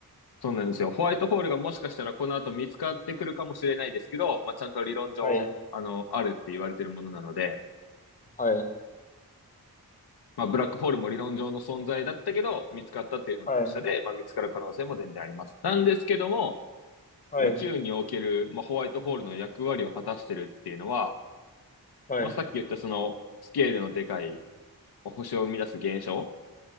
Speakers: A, on the left; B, on the left.
A: そうなんですよ。ホワイトホールがもしかしたらこの後見つかってくるかもしれないですけど、まあ、ちゃんと理論上、
B: はい、
A: あの、あるって言われてるものなので、
B: はい。
A: まあ、ブラックホールも理論上の存在だったけど、見つかったっていうのと一緒で、
B: はい、
A: まあ、見つかる可能性も全然あります。なんですけども、
B: はい、
A: 宇宙における、まあ、ホワイトホールの役割を果たしてるっていうのは、
B: はい。
A: まあ、さっき言ったそのスケールのでかい星を生み出す現象